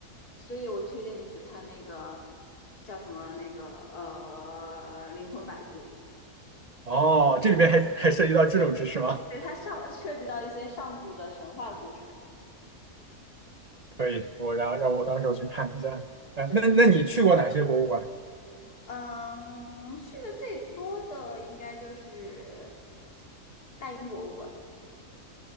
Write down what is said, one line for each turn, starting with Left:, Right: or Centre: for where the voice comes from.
Left: 所以我推荐你去看那个叫什么那个呃《灵魂摆渡》，
Right: 哦，这里边还还涉及到这种知识吗？
Left: 对，它上涉及到一些上古的神话故事。
Right: <laughs> 可以，我然后让我到时候去看一下。哎，
Left: 对，
Right: 那那你去过哪些博物馆？
Left: 嗯，去的最多的应该就是大英博物馆，